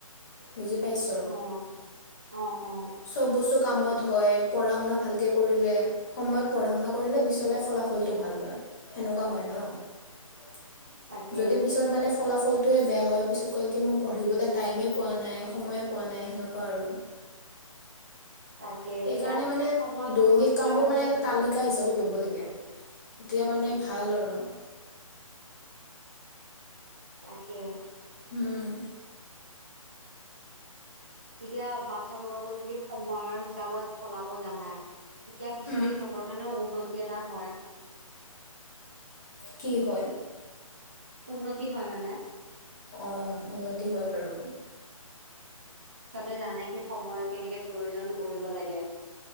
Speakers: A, on the left; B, on the right.
A: বুজি পাইছ
B: অ অ অ
A: চব বস্তু কামত হয় পঢ়া শুনা ভালকে কৰিলে সময়ত পঢ়া শুনা কৰিলে পিচলে ফলাফলটো ভাল হয় সেনেকুৱা হয় ন
B: তাকে
A: যদি পিছত মানে ফলাফল <unintelligible> বেয়া হোৱাৰ পিছত কয় কি মই পঢ়িবলৈ টাইমে পোৱা নাই সময়ে পোৱা নাই সেনেকুৱা আৰু
B: <unintelligible>
A: সেইকাৰণে
B: এতিয়া
A: মানে
B: সময়
A: দৈনিক
B: নকৰিলে
A: কাম বোৰ
B: আৰু
A: মানে এটা
B: সেইটো
A: তালিকা হিচাপে ল'ব লাগিব এতিয়া মানে ভাল আৰু
B: তাকে
A: উম
B: এতিয়া বাচ্ছাবোৰকো যদি সময়ৰ হিচাপত চলাব জানাই এতিয়া পিছলি
A: উম,
B: সিহঁতৰ কাৰণেও উন্নতি এটা হয়
A: কি হয়
B: উন্নতি হয় মানে
A: অঁ উন্নতি হয় বাৰু
B: তিহঁতে জানে কি সময়ৰ কেনেকে প্ৰয়োজন কৰিব লাগে